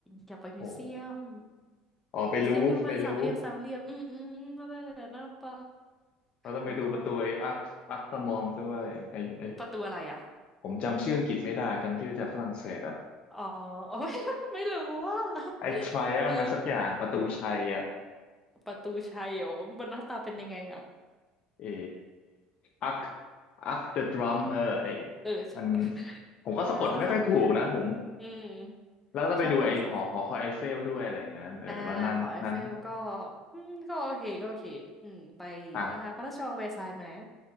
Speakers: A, in the centre; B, on the left (about 50°).
A: อยากไปมิวเซียม
B: โอ้โหอ๋อไปลูฟไปลูฟ
A: มิวเซียมที่มันสามเหลี่ยมสามเหลี่ยมอืมอืมอืมนั่นแหละน่าไป
B: เราต้องไปดูประตูไอ้อัคอัคตามองด้วยไอ้ไอ้
A: แล้วก็ประตูอะไรอ่ะ
B: ผมจำชื่ออังกฤษไม่ได้จำชื่อจากฝรั่งเศสอะ
A: อ๋อ <laughs> โอ้ย <laughs> ไม่รู้ว่า
B: ไอ้ Triumph
A: เออ
B: อะไรสักอย่างประตูชัยอะ
A: ประตูชัยเหรอมันหน้าตาเป็นยังไงอะ
B: เออักอักเดอะดรัมเออไอ้
A: เอ
B: มันผมก็สะกดไม่ค่อยถูกนะผม
A: อยากละค่ะอืม
B: แล้วก็ต้องไปดูไอ้หอหอคอยไอเฟลด้วยอะไรอย่างนั้นเออแล้วนั่งนั่ง
A: ช่างมันละค่ะอ่าหอไอเฟลก็อืมก็โอเคก็โอเคอืมไป
B: อ่ะ
A: อ่าพระราชวังแวร์ซายน์ไหม